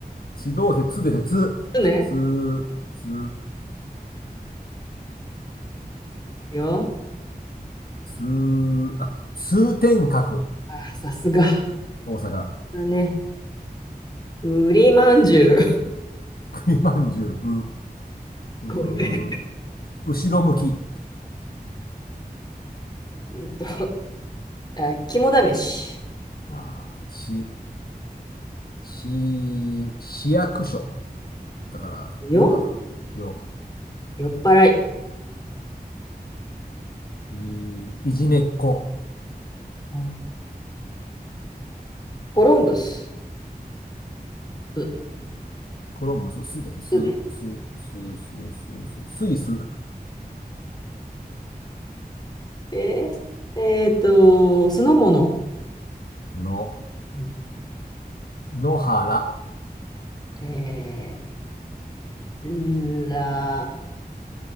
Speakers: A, on the left; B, on the left.
A: 地動説、つですね。つ、
B: ちね。
A: つ、つ、
B: よ。
A: つ、あ、通天閣。
B: あ、さすが。
A: 大阪。
B: だね。栗まんじゅう。
A: 栗まんじゅう、う、
B: ごめ
A: う、後ろ向き。
B: ん。うんと、あ、肝試し。
A: ああ、し、市、役所。だから、
B: よ。
A: よかな。よ。
B: 酔っ払い。
A: い、いじめっ子。
B: うんコロンブス。う
A: コロンブス、すですね。す、
B: うね。
A: す、す、す、スイス
B: えー、えーと、酢の物。
A: の、
B: うん
A: 野原。
B: えー、ラ、